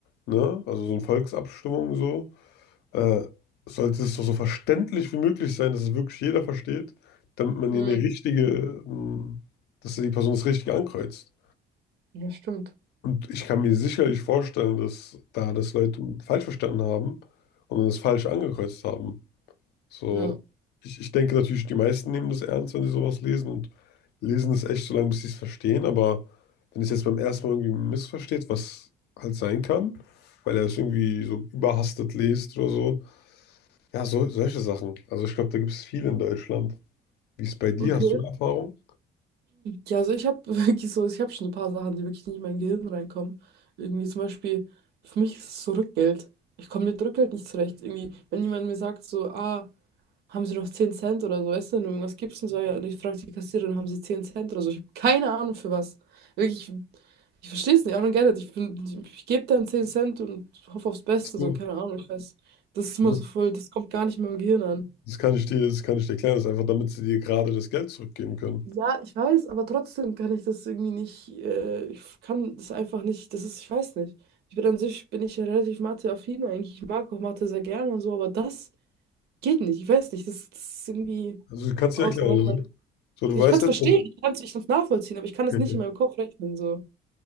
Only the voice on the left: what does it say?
ne, also so eine Volksabstimmung so, äh, sollte es doch so verständlich wie möglich sein, dass es wirklich jeder versteht, damit man
hier eine richtige, ähm, dass die Person das Richtige ankreuzt.
Und ich kann mir sicherlich vorstellen, dass da das Leute falsch verstanden haben und das falsch angekreuzt haben. So,
ich, ich denke natürlich, die meisten nehmen das ernst, wenn sie sowas lesen und lesen es echt so lange, bis sie es verstehen. Aber wenn es jetzt beim ersten Mal irgendwie missversteht, was halt sein kann, weil er es irgendwie so überhastet liest oder so. Ja, so, solche Sachen. Also ich glaube, da gibt es viel in Deutschland. Wie ist es bei dir?
Hast du eine Erfahrung?
Hast
du?
Das
das kann ich dir, das kann ich dir erklären. Das ist einfach, damit sie dir gerade das Geld zurückgeben können.
Also du kannst
dir erklären.
Also, so, du
weißt
jetzt,
wenn-
okay,
okay.